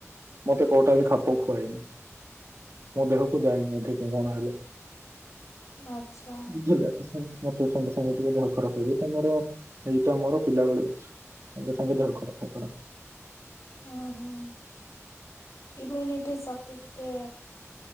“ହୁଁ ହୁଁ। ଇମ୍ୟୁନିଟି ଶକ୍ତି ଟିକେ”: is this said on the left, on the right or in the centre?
Left